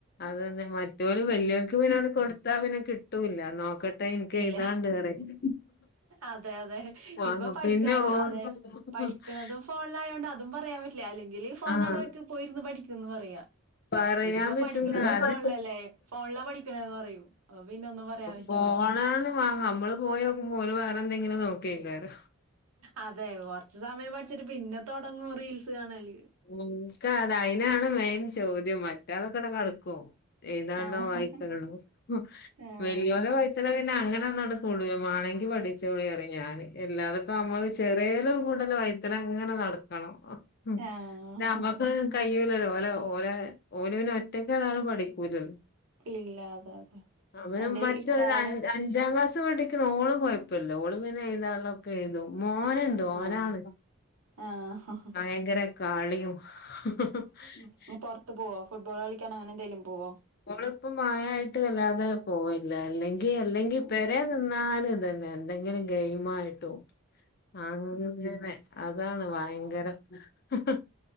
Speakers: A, on the left (about 45°); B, on the right (about 75°).
A: അത് തന്നെ മറ്റവര് വലിയവർക്ക്
B: ഉം
A: പിന്നെ അത് കൊടുത്താ പിന്നെ കിട്ടൂല്ല നോക്ക- - ടെ എനിക്ക്
B: ഇല്ല
A: ഏഴുതാണ്ട് പറയും
B: അതെ അതെ
A: വാങ്ങും
B: ഇപ്പൊ പഠിക്കാൻ
A: പിന്നെ ഓൾടെ
B: അതെ
A: <unintelligible>
B: പഠിക്കണതും ഫോണിലായോണ്ട് അതും പറയാൻ പറ്റില്ല അല്ലെങ്കില് ഫോണവിടെ
A: ആഹ്
B: വയ്ക്ക് പോയിരുന്നു പഠിക്കുന്ന് പറയാം
A: പറയാൻ
B: ഇതിപ്പോ
A: പറ്റൂല
B: പഠിക്കണത്
A: അത്
B: ഫോണിലല്ലേ ഫോണിലാ പഠിക്കണന്ന് പറയും അപ്പൊ പിന്നെ ഒന്നും പറയാൻ പറ്റൂല
A: ഫോണാന്നാ വാങ്ങാം നമ്മള് പോയി നോക്കുമ്പോ ഓരു വേറെ എന്തെങ്കിലും നോക്കിരിക്കാറും
B: അതെ കൊറച്ച് സമയം പഠിച്ചിട്ട് പിന്നെ തൊടങ്ങും റീൽസ് കാണല്
A: എനക്ക് അത് അയിനാണ് മെയിൻ ചോദ്യം മറ്റതൊക്കെ ഇട കെടക്കുവോ ഏതാണോ
B: ആഹ്
A: വായിക്കനുള്ളത് ഉം
B: ആഹ്
A: വലിയോല വായി ഇവിടെ പിന്നെ അങ്ങനെ ഒന്നും അങ്ങട് കൂടുല മേണെങ്കി പഠിച്ചോളീ പറയും ഞാന് എല്ലാത ഇപ്പ അമ്മള് ചെറിയലും കൂടുതൽ വൈ തിനങ്ങനെ നടക്കണം പിന്നെ
B: ആഹ്
A: നമ്മക്ക് കഴിയൂല്ലല്ലോ ഓര ഓര ഓന് പിന്നെ ഒറ്റക്ക് ഒരാള് പഠിക്കൂലല്ലോ
B: ഇല്ല അതെ അതെ
A: അവന്
B: എന്റെ
A: മറ്റൊരു
B: ഇത്താടെ
A: അഞ്ച് അഞ്ചാം ക്ലാസ് പഠിക്കുന്ന ഓള് കൊഴപ്പമില്ല ഓള് പിന്നെ എഴുതാൻ ഉള്ളതൊക്കെ എഴുതും മോന് ഒണ്ട് ഓനാണ്
B: ആഹ് ആഹ്
A: ഭയങ്കര കളിയും <unintelligible>
B: മോൻ പുറത്ത് പോവാ ഫുട്ബോൾ കളിക്കാൻ അങ്ങനെന്തെലും പോവോ
A: ഓളിപ്പോ മയയായിട്ട് വല്ലാതെ പോയില്ല അല്ലെങ്കി അല്ലെങ്കി
B: ഉം
A: പെരെ നിന്നാലും ഇത് തന്നെ എന്തെങ്കിലും ഗെയിംമായിട്ടോ അങ്ങനെ അതാണ് ഭയങ്കര <unintelligible>